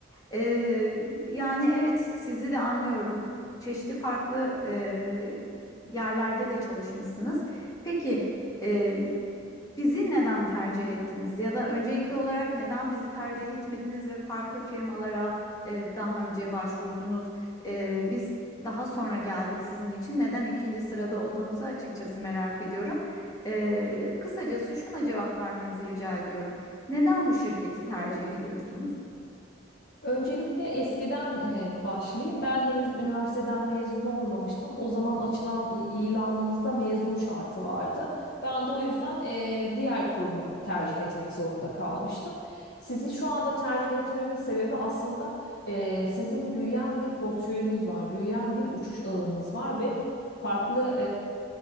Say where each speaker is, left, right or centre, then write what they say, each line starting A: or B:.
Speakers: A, on the left; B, on the left.
A: Ee, yani evet sizi de anlıyorum. Çeşitli farklı e, yerlerde de çalışmışsınız. Peki e, bizi neden tercih ettiniz? Ya da öncelikli olarak neden bizi tercih etmediniz ve farklı firmalara e, daha önce başvurdunuz? E, biz daha sonra geldik sizin için. Neden ikinci sırada olduğumuzu açıkçası merak ediyorum. E, kısacası şuna cevap vermenizi rica ediyorum. Neden bu şirketi tercih ediyorsunuz?
B: Öncelikle eskiden e, başlayayım. Ben henüz üniversiteden mezun olmamıştım. O zaman açılan i- ilanınızda mezun şartı vardı. Ben de o yüzden e, diğer kurumu tercih etmek zorunda kalmıştım. Sizi şu anda tercih etmemin sebebi aslında e, sizin büyüyen bir portföyünüz var, büyüyen bir uçuş ağınız var ve farklı